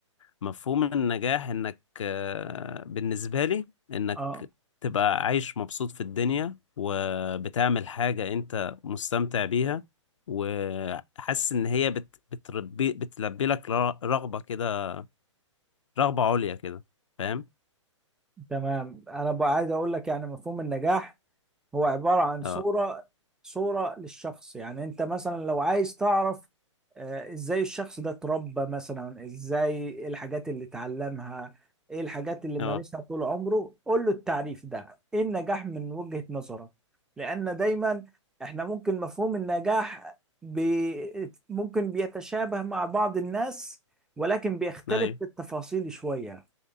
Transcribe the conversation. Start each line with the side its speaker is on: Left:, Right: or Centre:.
Left: مفهوم النجاح انك آه، بالنسبة لي انك
Centre: اه
Left: تبقى عايش مبسوط في الدنيا وبتعمل حاجة انت مستمتع بيها وحاسس ان هي بت بتربي بتلبي لك ر- رغبة كده رغبة عليا كده فاهم
Centre: تمام انا بقى عايز اقول لك يعني مفهوم النجاح هو عبارة عن صورة
Left: اه
Centre: صورة للشخص يعني انت مثلا لو عايز تعرف آه، ازاي الشخص ده اتربى مثلا ازاي ايه الحاجات اللي اتعلمها ايه الحاجات اللي مارسها
Left: اه
Centre: طول عمره قول له التعريف ده ايه النجاح من وجهة نظرك لان دايما احنا ممكن مفهوم النجاح بي ممكن بيتشابه مع بعض الناس ولكن بيختلف
Left: ايوه
Centre: في التفاصيل شوية